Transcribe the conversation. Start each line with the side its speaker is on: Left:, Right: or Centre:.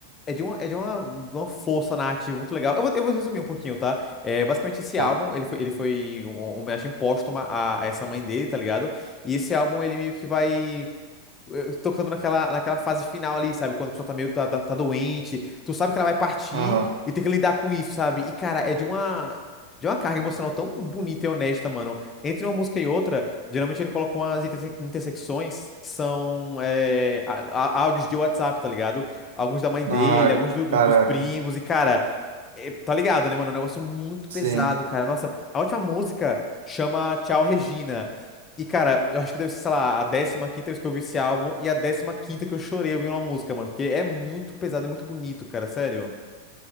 Left: é de uma, é de uma, de uma força narrativa muito legal. Eu vou, eu vou resumir um pouquinho, tá? É, basicamente, esse
Right: tá.
Left: álbum, ele foi, ele foi uma homenagem póstuma a, a essa mãe dele, tá ligado? E esse álbum, ele meio que vai eh, tocando naquela, naquela fase final ali, sabe? Quando a pessoa tá meio tá, tá, tá doente, tu sabe que ela vai partir
Right: Aham.
Left: e tem que lidar com isso, sabe? E, cara, é de uma. De uma carga emocional tão bonita e honesta, mano. Entre uma música e outra, geralmente ele coloca umas interse- intersecções que são eh, á- á- áudios de WhatsApp, tá ligado? Alguns da mãe dele,
Right: Ah,
Left: alguns do- do-
Right: caraca.
Left: dos primos. E, cara, é, tá ligado, né, mano? É um negócio muito
Right: Sim.
Left: pesado, cara. Nossa, a última música chama Tchau Regina. E, cara, eu acho que deve ser, sei lá, a décima quinta vez que eu ouvi esse álbum e a décima quinta que eu chorei ouvindo uma música, mano. Porque é muito pesado e muito bonito, cara, sério.